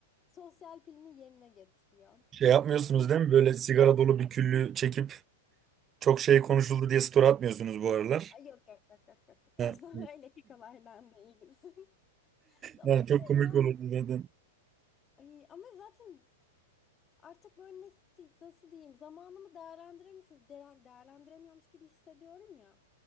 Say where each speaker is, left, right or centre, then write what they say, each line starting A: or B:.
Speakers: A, on the left; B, on the right.
A: sosyal pilini yerine getiriyor.
B: Şey yapmıyorsunuz
A: Tüm o
B: değil mi? Böyle sigara dolu bir küllü çekip çok şey konuşuldu diye story atmıyorsunuz bu aralar.
A: Ay yok yok yok yok yok. yok.
B: Ha,
A: Aslında
B: evet.
A: <laughs> öyle kekalardan değiliz. <laughs> Ama
B: Yani çok komik
A: inan
B: olurdu zaten.
A: Ay, ama zaten artık böyle nasıl, nasıl diyeyim zamanımı değerlendiremiyorum, değerlendiremiyormuş gibi hissediyorum ya.